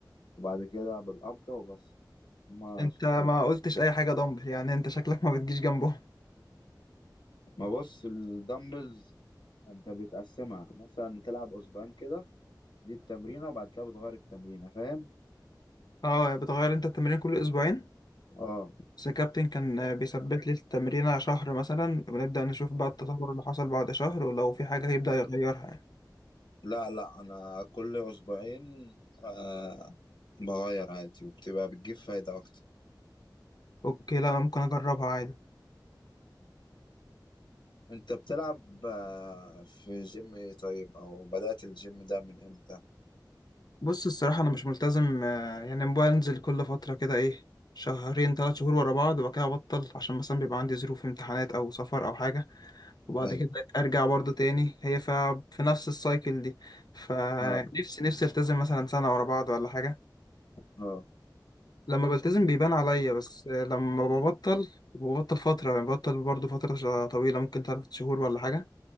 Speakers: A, on the left; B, on the left.
A: وبعد كده بالقبضه وبس هما
B: انت
A: شكلين
B: ما قلتش اي حاجه دمبل يعني انت شكلك ما بتجيش جنبهم
A: ما بص الدمبلز انت بتقسمها مثلا تلعب اسبوعين كده دي التمرينه وبعد كده بتغير التمرينه فاهم
B: اه بتغير انت التمرين كل اسبوعين
A: اه
B: بس الكابتن كان آه، بيثبت لي التمرينه شهر مثلا ونبدا نشوف بقى التطور اللي حصل بعد شهر ولو في حاجه يبدا
A: اه
B: يغيرها يعني
A: لا لا انا كل اسبوعين آه بغير عادي وبتبقى بتجيب فايدة اكتر
B: اوكي لا انا ممكن اجربها عادي
A: انت بتلعب آه في جيم ايه طيب او بدأت الجيم ده من امتى
B: بص الصراحه انا مش ملتزم آه، يعني بنزل كل فتره كده ايه شهرين ثلاث شهور ورا بعض وبعد كده ابطل عشان مثلا بيبقى عندي ظروف امتحانات او سفر او حاجه وبعد
A: ايوه
B: كده ارجع برضو تاني هي ف- في نفس السايكل دي فنفسي
A: اه
B: نفسي التزم مثلا سنة ورا بعض ولا حاجة
A: اه
B: لما بلتزم بيبان عليا بس لما ببطل ببطل فترة يعني ببطل برضو فترة طويلة ممكن تلات شهور ولا حاجة